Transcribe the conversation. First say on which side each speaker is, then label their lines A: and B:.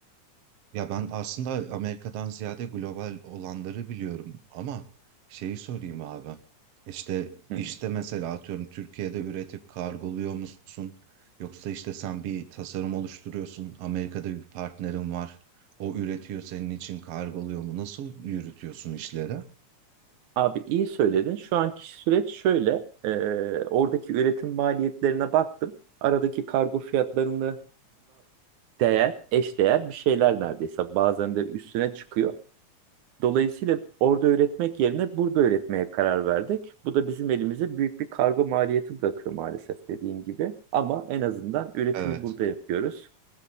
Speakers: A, on the right; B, on the right.
A: Ya ben aslında Amerika'dan ziyade global olanları biliyorum ama şeyi sorayım abi. İşte
B: Hı.
A: işte mesela atıyorum Türkiye'de üretip kargoluyor musun? Yoksa işte sen bir tasarım oluşturuyorsun, Amerika'da bir partnerin var. O üretiyor senin için kargoluyor mu? Nasıl yürütüyorsun işleri?
B: Abi iyi söyledin. Şu anki süreç şöyle. e, oradaki üretim maliyetlerine baktım. Aradaki kargo fiyatlarına değer, eşdeğer bir şeyler neredeyse. Bazen de üstüne çıkıyor. Dolayısıyla orada üretmek yerine burada üretmeye karar verdik. Bu da bizim elimize büyük bir kargo maliyeti bırakıyor maalesef dediğin gibi. Ama en azından üretimi
A: Evet,
B: burada yapıyoruz.